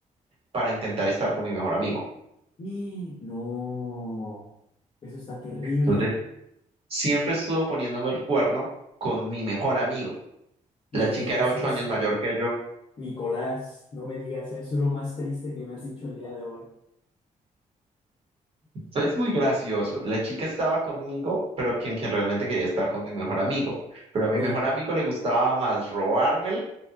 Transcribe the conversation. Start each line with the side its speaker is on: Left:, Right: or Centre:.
Right: para intentar estar con mi mejor amigo.
Left: Y no, eso está terrible.
Right: Entonces, siempre estuvo poniéndome el cuerno con mi mejor amigo.
Left: No
Right: La
Left: me
Right: chica
Left: digas
Right: era ocho
Left: eso.
Right: años mayor que yo.
Left: Nicolás, no me digas eso. Es lo más triste que me has dicho el día de hoy.
Right: es muy gracioso. La chica estaba conmigo, pero quien, quien realmente quería estar con mi mejor amigo. Pero a
Left: Oye,
Right: mi mejor amigo le gustaba más robármela